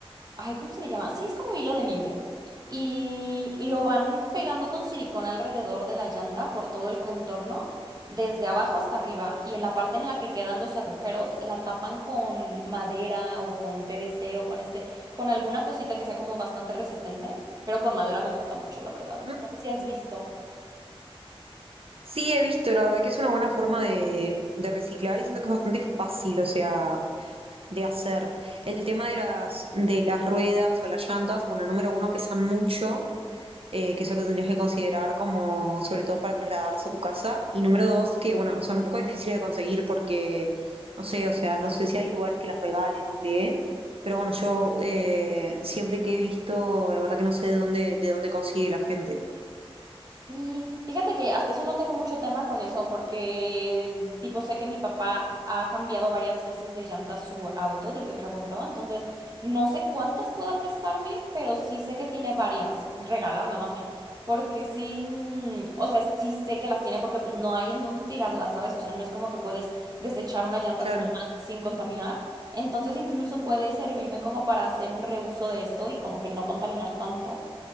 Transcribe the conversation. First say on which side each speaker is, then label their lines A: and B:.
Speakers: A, on the right; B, on the right.
A: Ay, ¿cómo se le llama? Sí, es como hilo de mimbre. Y lo van pegando con silicona alrededor de la llanta por todo el contorno, desde abajo hasta arriba. Y en la parte en la que quedan los agujeros, la tapan con madera o con PVC o con este, con alguna cosita que sea como bastante resistente. Pero con madera me gusta mucho, la verdad.
B: ujú.
A: No sé si has visto.
B: Sí, he visto, la verdad que es una buena forma de, de reciclar y siento que es bastante fácil, o sea, de hacer. El tema de las, de las ruedas o las llantas, bueno, número uno, pesan mucho, eh, que eso lo tendrías que considerar como, sobre todo para trasladarlas a tu casa. Y número dos, que bueno, son un poco difíciles de conseguir porque, no sé, o sea, no sé si hay lugares que las regalen o qué. Pero bueno, yo eh, siempre que he visto, la verdad que no sé de dónde, de dónde consigue la gente.
A: Y fíjate que hasta eso no tengo mucho tema con eso, porque tipo sé que mi papá ha cambiado varias veces de llanta su auto desde que lo compró, entonces no sé cuántas pueda prestarme, pero sí sé que tiene varias, regalarme más bien, porque sí, mm, o sea, sí sé que las tiene porque pues no hay en dónde tirarlas, ¿sabes? O sea, no es como que puedes desechar una llanta
B: Claro.
A: así nomás sin contaminar, entonces incluso puede servirme como para hacer un reuso de esto y como que no contaminar tanto.